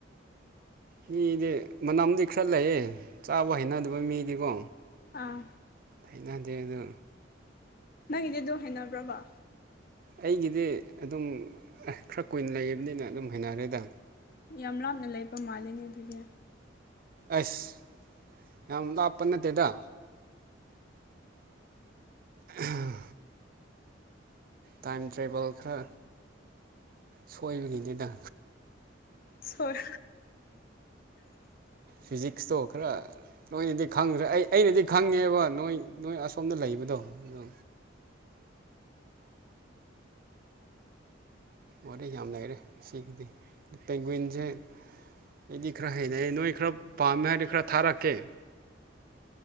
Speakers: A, on the right (about 50°); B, on the left (about 50°).
A: ꯃꯤꯗꯤ ꯃꯅꯝꯗꯤ ꯈ꯭ꯔ ꯂꯩꯌꯦ ꯆꯥꯕ ꯍꯩꯅꯗꯕ ꯃꯤꯗꯤꯀꯣ
B: ꯑꯥ
A: ꯍꯩꯅꯗꯦ ꯑꯗꯣ
B: ꯅꯪꯒꯤꯗꯤ ꯑꯗꯨꯝ ꯍꯩꯅꯕ꯭ꯔꯕ
A: ꯑꯩꯒꯤꯗꯤ ꯑꯗꯨꯝ ꯈꯔ ꯀꯨꯏꯅ ꯂꯩꯌꯦꯕꯅꯤꯅ ꯑꯗꯨꯝ ꯍꯩꯅꯔꯦꯗ
B: ꯌꯥꯝ ꯂꯥꯞꯅ ꯂꯩꯕ ꯃꯥꯜꯂꯤꯅꯦ ꯑꯗꯨꯗꯤ
A: ꯑꯁ ꯌꯥꯝ ꯂꯥꯞꯄ ꯅꯠꯇꯦꯗ ꯑꯍꯝ ꯇꯥꯏꯝ ꯇ꯭ꯔꯥꯕꯜ ꯈꯔ ꯁꯣꯢꯕꯒꯤꯅꯤꯗ
B: ꯁꯣꯏ <inaudible>
A: ꯐꯤꯖꯤꯛꯁꯇꯣ ꯈꯔ ꯅꯣꯏꯅꯗꯤ ꯈꯪꯗ꯭ꯔꯦ ꯑꯩ ꯑꯩꯅꯗꯤ ꯈꯪꯉꯦꯕ ꯅꯣꯏ ꯅꯣꯏ ꯑꯁꯣꯝꯗ ꯂꯩꯕꯗꯣ <unintelligible> ꯋꯥꯔꯤ ꯌꯥꯝ ꯂꯩꯔꯦ ꯁꯤꯒꯤꯗꯤ ꯄꯦꯡꯒꯨꯢꯟꯁꯦ ꯑꯩꯗꯤ ꯈꯔ ꯍꯩꯅꯩ ꯅꯣꯏ ꯈꯔ ꯄꯥꯝꯃꯦ ꯍꯥꯏꯗꯤ ꯈꯔ ꯊꯥꯔꯛꯀꯦ